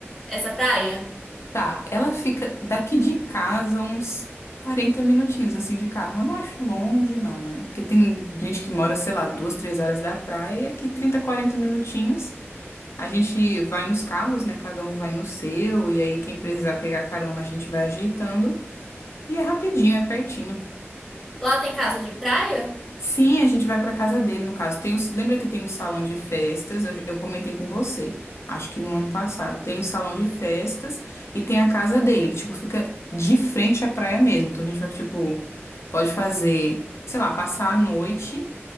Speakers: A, in the centre; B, on the left.
A: essa praia?
B: Tá, ela fica daqui de casa uns 40 minutinhos, assim, de carro. Eu não acho longe, não, né? Porque tem gente que mora, sei lá, duas, três horas da praia e aqui 30 40 minutinhos. A gente vai nos carros, né? Cada um vai no seu, e aí quem precisar pegar carona, a gente vai ajeitando. E é rapidinho, é pertinho.
A: Lá tem casa de praia?
B: Sim, a gente vai pra casa dele, no caso. Tem um- lembra que tem um salão de festas? Eu, eu comentei com você, acho que no ano passado. Tem um salão de festas e tem a casa dele, que, tipo, fica de frente à praia mesmo. Então a gente vai, tipo, pode fazer, sei lá, passar a noite